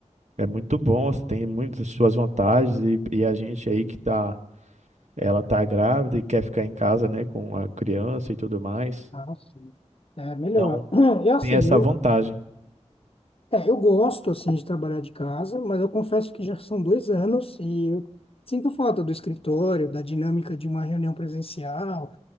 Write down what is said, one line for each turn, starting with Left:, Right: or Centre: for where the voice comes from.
Right: é muito bom, você tem muitas suas vantagens e, e a gente aí que tá, ela tá grávida e quer ficar em casa, né, com a criança e tudo mais.
Left: Ah, sim. É melhor.
Right: Então,
Left: <clears throat> Eu, assim,
Right: tem essa
Left: eu,
Right: vantagem.
Left: é, eu gosto, assim, de trabalhar de casa, mas eu confesso que já são dois anos e eu sinto falta do escritório, da dinâmica de uma reunião presencial,